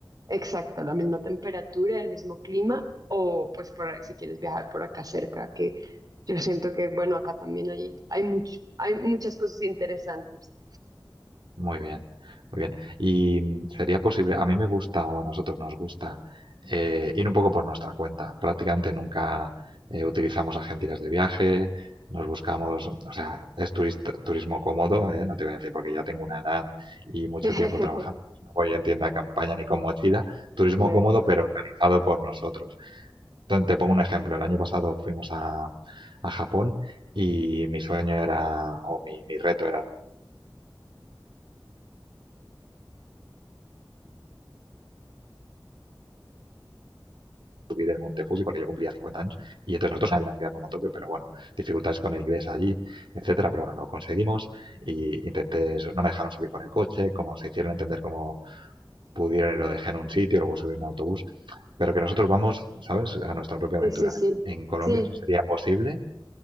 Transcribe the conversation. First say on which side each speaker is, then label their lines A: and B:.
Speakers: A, on the right (about 50°); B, on the right (about 75°).
A: exacta la misma temperatura, el mismo clima, o pues por, si quieres viajar por acá cerca, que yo siento que, bueno, acá también hay, hay mucho, hay muchas cosas interesantes.
B: Muy bien, muy bien. Y mm, sería posible, a mí me gusta o a nosotros nos gusta eh, ir un poco por nuestra cuenta. Prácticamente nunca eh, utilizamos agencias de viaje, nos buscamos, o sea, es turista- turismo cómodo, ¿eh? No te voy a decir porque ya tengo una edad y mucho
A: <laughs>
B: tiempo trabajando. pues No voy en tienda de campaña ni con mochila. Turismo
A: Mejor.
B: cómodo, pero organizado por nosotros. Entonces, te pongo un ejemplo. El año pasado fuimos a, a Japón y mi sueño era, o mi mi reto era subir el Monte Fuji porque yo cumplía 50 años y entonces nosotros en una ciudad como Tokio, pero bueno, dificultades con el inglés allí, etcétera, pero bueno, lo conseguimos y intenté, no me dejaron subir con el coche, como se hicieron entender cómo pudieron y lo dejé en un sitio, luego subí en un autobús, pero que nosotros vamos, ¿sabes?, a nuestra propia
A: Sí,
B: aventura.
A: sí, sí.
B: En Colombia
A: Sí,
B: eso sería posible,